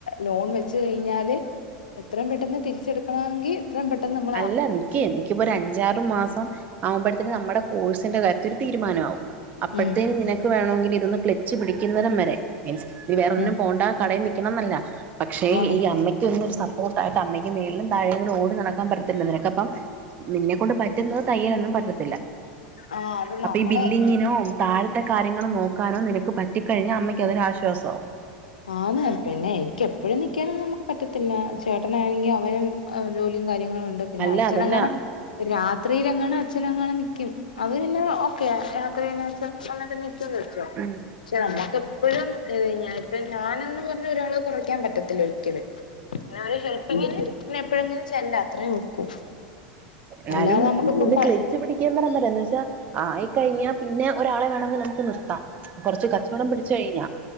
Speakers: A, on the left (about 90°); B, on the right (about 35°).
A: ലോൺ വെച്ച് കഴിഞ്ഞാല് എത്രെം പെട്ടെന്ന് തിരിച്ചെടുക്കണമെങ്കി എത്രെം പെട്ടെന്ന് നമു
B: അല്ല ഇൻക്കെ ഇൻയ്ക്കിപ്പം ഒരഞ്ചാറു മാസം ആവുമ്പഴ്‌ത്തിന് നമ്മുടെ കോഴ്സിന്റെ കാര്യ ത്തിന് ഒരു തീരുമാനാവും അപ്പഴത്തേന്
A: ഉം
B: നിനക്ക് വേണോങ്കില ഇതൊന്ന് ക്ലച്ച് പിടിക്കുന്നരം വരെ മിൻസ് നീ വേറൊന്നിനും
A: ഉം
B: പോണ്ട കടേ നി യ്ക്കണംന്നില്ല പക്ഷെ
A: ആഹ്
B: ഈ അമ്മയ്ക്ക് ഒന്നൊരു സപ്പോർട്ടായിട്ട് അമ്മയ്ക്ക് മേളിലും താഴേം കൂടി ഓടി നട ക്കാൻ പറ്റത്തില്ല നിനക്കപ്പം നിന്നെക്കൊണ്ട് പറ്റുന്നത് തയ്യലൊന്നും പറ്റത്തില്ല
A: ആഹ് അത്
B: അപ്പീ
A: നമ്മള്
B: ബില്ലിങ്ങിന് നും താഴത്തെ കാര്യങ്ങള് നോക്കാനും നിനക്ക് പറ്റിക്കഴിഞ്ഞ അമ്മയ്ക്ക് അതൊരാശ്വാസാവും
A: ആന്ന് പിന്നെ എനിയ്ക്ക് എപ്പഴും നിയ്ക്കാനൊന്നും നമുക്ക് പറ്റത്തില്ല ചേട്ടനാണെങ്കി അവനും ജോലിയും കാര്യങ്ങളും ഉണ്ട് പിന്നെ
B: അല്ല
A: അച്ഛനെങ്ങാണ്
B: അതല്ല
A: രാത്രിയിലെങ്ങാണ് അച്ഛനെങ്ങാണ് നിക്ക്യും അത് പിന്നെ ഓക്കെ രാത്രി പിന്നെ അച്ഛൻ വന്നിട്ട് നിക്ക്യുന്നത് ച്ചോ പക്ഷെ
B: ഉം
A: നമ്മുക്ക് എപ്പഴും പിന്നെങ്ങനെ ഇപ്പം ഞാനെന്ന് പറഞ്ഞ ഒരാളെ കുറയ്ക്കാൻ പറ്റത്തില്ല ഒരിയ്ക്കലും പിന്നെ ആ ഒരു കേപ്പിങ്ങില് പിന്നെ എപ്പഴെങ്കിലും ചെല്ലാ അത്രേ ഒക്കൂ
B: എന്നാലും
A: അല്ലാതെ നമുക്കിപ്പ
B: ഇതൊന്ന് ക്ലച്ച് പിടിയ്ക്കുന്നടം വരെ എന്ന് വെച്ചാ ആയിക്കഴിഞ്ഞാ പിന്നെ ഒരാളെ വേണമെങ്കി നമുക്ക് നിർത്താം കൊറച്ച് കച്ചവടം പിടിച്ചു കഴിഞ്ഞാ